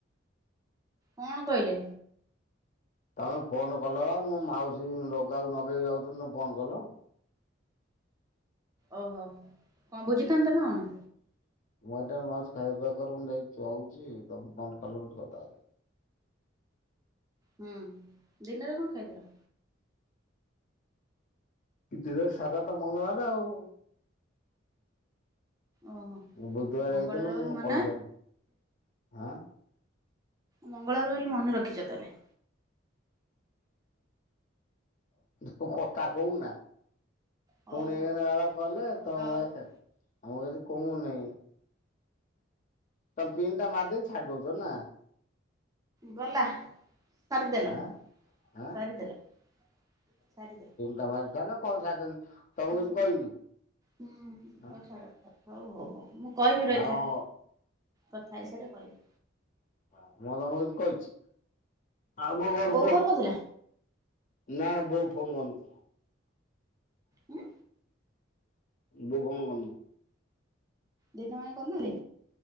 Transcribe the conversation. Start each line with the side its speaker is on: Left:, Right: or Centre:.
Right: କଣ କହିଲେ
Left: ତମେ ଫୋନ୍ କଲ ବା ମୋ ମାଉସୀ ଲଗାକୁ ନଗେଇକି ଯାଉଛନ୍ତି ତମେ ଫୋନ୍ କଲ
Right: ଓହୋ କଣ ବୁଝିଥାନ୍ତ ନା କଣ
Left: ମୁଁ ଏଟା ମାଛ ଖାଇବା ପିବା କର ମୁ ଯାଇହୁଛି ତମେ ମନ କଲ କଥା
Right: ହୁଁ ଦିନରେ କଣ ଖାଇଥିଲ
Left: କିରେ ସାରା ତ ମଙ୍ଗଳାର ଆଉ
Right: ଓହୋ
Left: ବୁଧବାର
Right: ମଙ୍ଗଳବାର
Left: ହେଇଥିଲୁ ମୁଁ
Right: ବୋଲି ମନେ
Left: କହିଥାନ୍ତିି ଆଁ
Right: ମଙ୍ଗଳବାର ରହିଲେ ମନେଖିଛ ତହେଲେ
Left: ତୁ କଥା କହୁନା
Right: ହଉ
Left: ପୁଣି
Right: ହଉ
Left: ଏ କଲେ ତମ
Right: ହଉ
Left: ଆମି କହୁନହି ତମେ ପନ୍ ଟା ମଧେ ଛାଡି ଦଉଛ ନା
Right: ଗଲା ସରିଦେଲ
Left: ଆଁ ଆଁ
Right: ସରିଦେଲ ସରିଦେଲ
Left: ତର ଚାଲ କଣ ସାଧନ ତମକୁ
Right: ହୁଁ
Left: କିଛି କହିନି
Right: ହୁଁ ହ
Left: ଆଁ
Right: ଓଛା ଡକ୍ଟର ହଉ ହଉ ହଉ ମୁଁ କହିବି ରହିଥା
Left: ଆଉ
Right: କଥା ହସାରେ କହିବି
Left: ହ ମୁଁ ତମକୁ କିଛି କହିଛି ଆଉ କୋ ଘର
Right: ବୋଉ
Left: କୁହ
Right: ଫୋନ କରିଥିଲା
Left: ନା ବୋଉ ଫୋନ୍ କରନୁି
Right: ହୁଁ
Left: ବଖନ କର ନ
Right: ଦିନ ମା କରନରେ